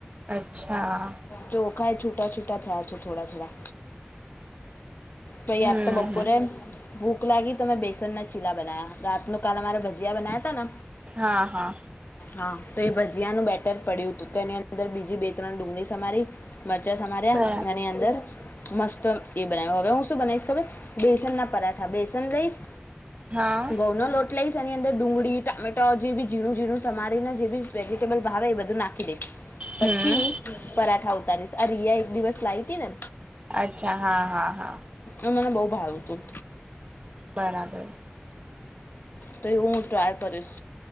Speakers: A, on the right (about 35°); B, on the left (about 55°).
A: અચ્છા.
B: ચોખા છૂટા છૂટા થયા છે થોડા થોડા. કઈ
A: હમ
B: યાદ તો બપોરે
A: હમ
B: ભૂખ લાગી તો મેમે બેસન ના ચીલા બનાયા. રાતનું કાલ અમારા ભજીયા બનાયા તા ને
A: હા હા
B: હા તો એ ભજીયાનું બેટર પડ્યું હતું તો એનીંદર. અર બીજી બે ત્રણ ડુંગળી સમારી મરચાં સમાર્યા
A: બરાબર
B: એની અંદર મસ્ત એ બનાવ હવે હું શું બનાવીશ ખર બેસન ના પરાઠા બેસન રઈશ
A: હા
B: ગૌઉના લોટ એટલા એની અંદર ડુંગળી ટામેટો જે બી ઝીણું ઝીણું સરીને જે બી વેજીિટેબલ ભાવે એ બધું નાખી દઈ
A: હમ
B: પછી પરાઠા ઉતારીશ આ રિયા એક દિવસ લાવી હતીી ને
A: અચ્છા હા હા હા
B: એ મને બહ ભાવું તું
A: બરાબર
B: તેૈ ઉંટ આય પરદેશ